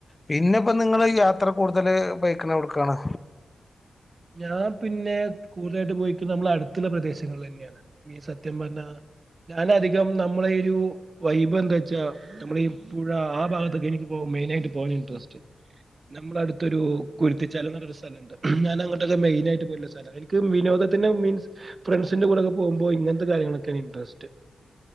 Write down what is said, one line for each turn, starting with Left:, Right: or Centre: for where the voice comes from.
Left: പിന്നെ ഇപ്പോ നിങ്ങള് യാത്ര കൂടുതല് പോയേക്ക്‌ണേ എവ്ട്‌ക്കാണ്.
Right: ഞാൻ പിന്നെ കൂടുതലായിട്ട് പോയിക്ക്ന്നെ നമ്മള അട്‌ത്ത്ള്ള പ്രദേശങ്ങളില് തന്നെയാണ്. ഈ സത്യം പർഞ്ഞാ ഞാനധികം നമ്മളെ ഈ ഉ വൈബ് എന്താ വെച്ചാ നമ്മളെ ഈ പുഴ ആ ഭാഗത്തൊക്കെ എനിക്ക് പോവാൻ മെയിനായിട്ട് പോവാൻ ഇൻട്രസ്റ്റ്. നമ്മളെ അടുത്തൊരു കുരുത്തിച്ചാലന്ന് പർഞ്ഞൊരു സ്ഥലണ്ട്. ഞാന അങ്ങ ട്ടോക്കെ മെയിനായിട്ട് പോവല്ള്ള സ്ഥല എനിക്ക് വിനോദത്തിൻ്റെ മീൻസ് ഫ്രണ്ട്സിന്റെ കൂടൊക്കെ പോവുമ്പോ ഇങ്ങൻത്തെ കാര്യങ്ങളൊക്കെണ് ഇൻട്രസ്‌റ്റ്.